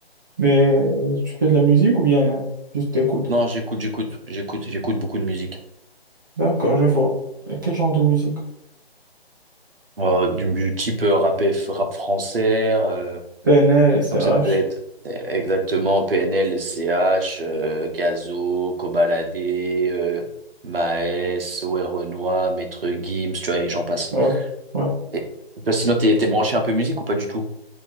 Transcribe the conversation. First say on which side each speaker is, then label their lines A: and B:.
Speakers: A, on the right (about 20°); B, on the right (about 60°).
A: mais euh, tu fais de la musique ou bien juste t'écoutes?
B: Non, j'écoute, j'écoute, j'écoute, j'écoute beaucoup de musique.
A: D'accord, je vois. Et quel genre de musique?
B: Euh, du, du type euh, rap, F- rap français, euh,
A: PNL, SCH.
B: Comme ça peut être euh, exactement PNL, LCH, euh, Gazo, Kobalade, euh, Maes, ouais, Renoir, Maître Gims, tu vois, et j'en passe.
A: Ouais, ouais.
B: Et, toi, sinon, t'es, t'es branché un peu musique ou pas du tout?